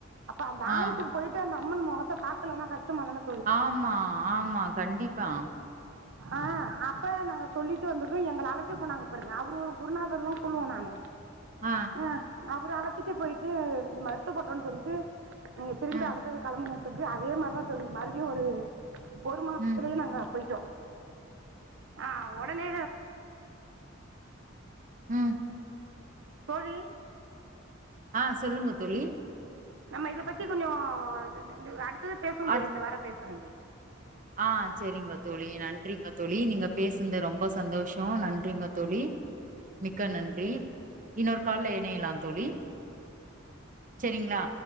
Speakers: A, on the right; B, on the right.
A: அப்ப அந்த ஆலயத்துக்கு
B: ஆ
A: போயிட்டு அந்த அம்மன் மொகத்த பாக்கலனா கஷ்டமாதான
B: ஆமா ஆமா கண்டிப்பா
A: ஆ அப்ப நாங்க சொல்லிட்டு வந்தது எங்கள அழச்சு போனாங்க பாருங்க அவரு ஒரு குருநாதருல்லா சொல்லுவோ நானு
B: ஆ
A: அ அவரு அழச்சிட்டு போயிட்டு மருத்துப்பட்றோனு சொல்லிட்டு நீங்க திரும்பி
B: ம்,
A: அடுத் கெளம்புங்கன்னு சொல்லி அதே மாரிதா தோழி மறுபடியு ஒரு ஒரு மாசத்துலேயே
B: ம்,
A: நாங்க போயிட்டோ ஆ ஒடனே
B: ம்
A: தோழி
B: ஆ சொல்லுங்க தோழி
A: நம்ம இத பத்தி கொஞ்சோ இதுது அடுத்தது பேசுவோ
B: அடுத்
A: தோழி இந்த வரே பேசுறே தோழி
B: ஆ செரிங்க தோழி நன்றிங்க தோழி நீங்க பேசுன்து ரொம்ப சந்தோஷோ நன்றிங்க தோழி மிக்க நன்றி இன்னோரு கால்ல இணையலா தோழி செரிங்ளா